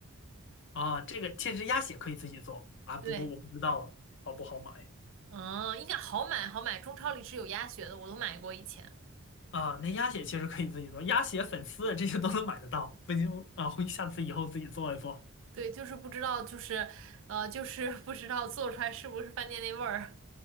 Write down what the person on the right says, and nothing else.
<laughs> 对。嗯，应该好买好买，中超里是有鸭血的，我都买过以前。
对，就是不知道，就是呃，就是 <laughs> 不知道做出来是不是饭店那味儿。